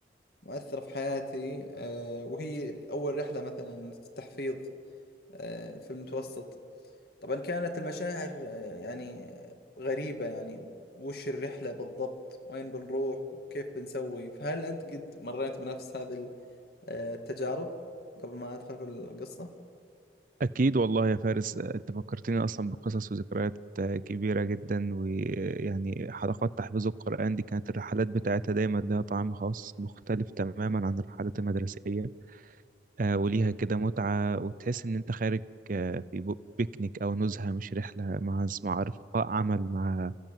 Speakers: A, on the left; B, on the right.
A: مؤثرة في حياتي آه، وهي أول رحلة مثلا في التحفيظ آه، في المتوسط طبعا كانت المشاعر آه، يعني غريبة يعني وش الرحلة بالضبط وين بنروح وكيف بنسوي فهل أنت قد مريت بنفس هذه ال- آه، التجارب قبل ما أدخل في القصة
B: أكيد والله يا فارس آه، أنت فكرتني أصلا بقصص وذكريات آه، كبيرة جدا ويعني حلقات تحفيظ القرآن دي كانت الرحلات بتاعتها دايما لها طعم خاص مختلف تماما عن الرحلات المدرسية آه، وليها كده متعة وتحس إن أنت خارج آه، في بو- بيكنيك أو نزهة مش رحلة مع مع رفقاء عمل مع